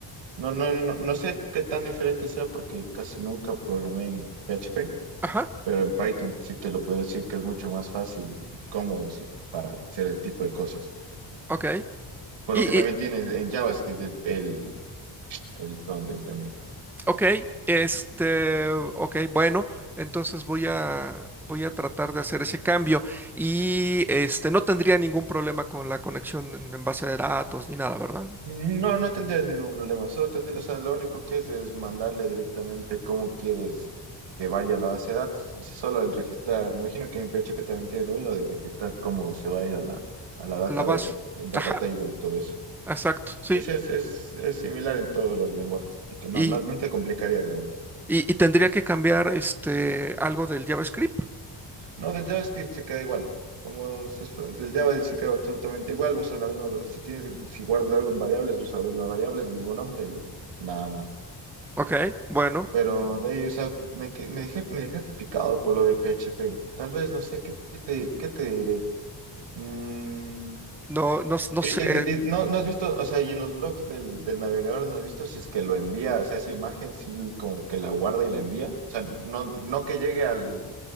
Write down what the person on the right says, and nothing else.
No, no, no, no sé qué tan diferente sea porque casi nunca programé en PHP,
pero en Python sí te lo puedo decir que es mucho más fácil y cómodo sí, para hacer el tipo de cosas.
Por
lo que también tienes en JavaScript el, el, el frontend también.
No, no tendrías ningún problema. Solo tendrías, o sea, lo único que es es mandarle directamente cómo quieres que vaya a la base de datos. O sea, solo el registrar. Me imagino que en PHP también tiene lo mismo de registrar cómo se va a ir a la, a la database,
el data
table y todo eso.
Sí, sí, es, es, es similar en todos los lenguajes. Así que no,
no, no te complicarías, la verdad.
No, del JavaScript se queda igual. Como se es fr- del Java se queda absolutamente igual, usas la misma, si tienes, si guardas algo en variables, usas las mismas variables, el mismo nombre y nada más.
Pero de ahí, o sea, me, que- me dejé, me dejaste picado por lo de PHP. Tal vez, no sé, ¿qué, qué te, qué te diré? Mm,
y-
y- y no, no has visto, o sea, y en los logs del, del navegador no has visto si es que lo envía, o sea, esa imagen sí como que la guarda y la envía. O sea, no, no que llegue al,